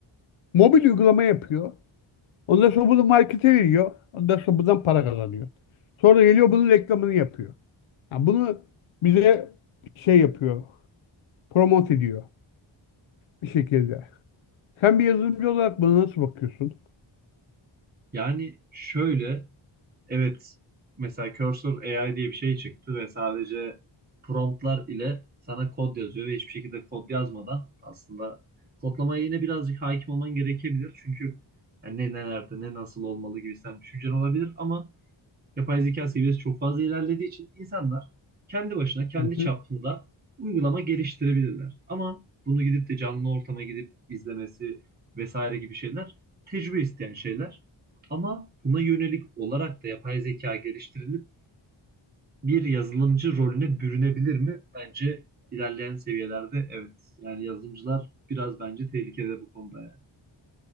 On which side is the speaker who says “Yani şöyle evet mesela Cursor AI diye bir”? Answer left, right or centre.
Right